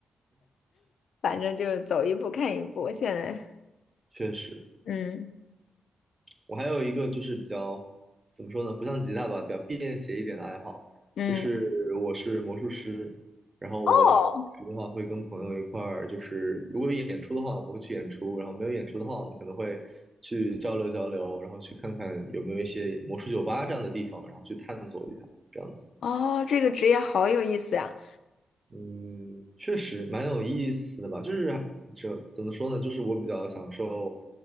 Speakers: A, on the left (about 75°); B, on the right (about 25°).
A: 反正就是走一步看一步，现在
B: 确实。
A: 嗯
B: 我还有一个就是比较怎么说呢，不像吉他吧，比较便携一点的爱好，
A: 嗯。
B: 就是我是魔术师，然后我平时的话会跟朋友一块儿，
A: 哦
B: 就是如果有演出的话，我们会去演出，然后没有演出的话，我们可能会去交流交流，然后去看看有没有一些魔术酒吧这样的地方，然后去探索一下，这样子。
A: 哦，这个职业好有意思呀！
B: 嗯，确实蛮有意思的吧，就是这怎么说呢，就是我比较享受，